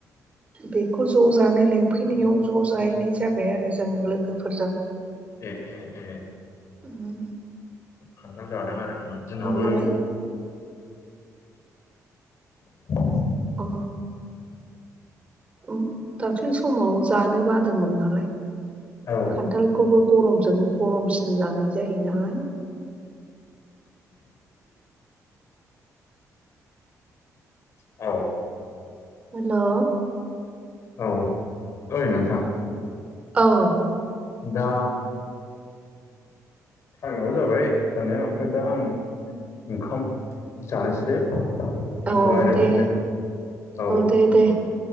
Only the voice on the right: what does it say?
बेखौ ज' जानो लिंफैनायाव ज' जाहैनाय जाबाय आरो जों लोगोफोरजों।
उम।
नालाय
अ। उ दाख्लै समाव जानो बादोंमोन नालाय।
खान्थालखौबो गरमजों गरमसिन जानाय जायो नालाय।
हेलौ
औ
औ
दे
दे दे